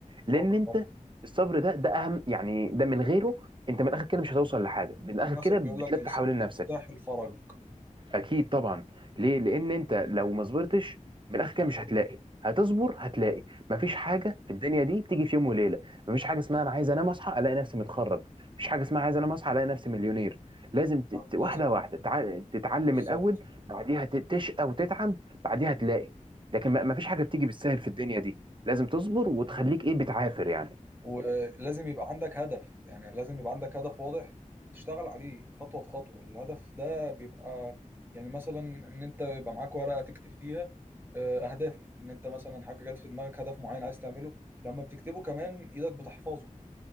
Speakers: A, on the right; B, on the right.
A: لان
B: صبر
A: انت
B: طبعا
A: الصبر ده ده اهم يعني ده من غيره انت من الاخر كده مش هتوصل لحاجه من الاخر
B: وفي مثل
A: كده بتلف
B: بيقول لك الصبر
A: حوالين نفسك
B: مفتاح الفرج
A: اكيد طبعا ليه لان انت لو ما صبرتش من الاخر كده مش هتلاقي هتصبر هتلاقي مفيش حاجه في الدنيا دي بتيجي في يوم وليله مفيش حاجه اسمها انا عايز انام اصحى الاقي نفسي متخرج مفيش حاجه اسمها عايز انام اصحى الاقي نفسي مليونير لازم ت...
B: طبعا
A: ت-
B: لازم
A: واحده واحده تع... تتعلم
B: بالظبط
A: الاول بعديها ت- تشقى وتتعب بعديها تلاقي لكن ما- مفيش حاجه بتيجي بالسهل في الدنيا دي لازم تصبر وتخليك ايه بتعافر يعني
B: ولازم يبقى عندك هدف يعني لازم يبقى عندك هدف واضح تشتغل عليه خطوة بخطوة الهدف ده بيبقى يعني مثلا ان انت يبقى معاك ورقة تكتب فيها آه، اهدافك ان انت مثلا حاجة جت في دماغك هدف معين عايز تعمله لما بتكتبه كمان ايدك بتحفظه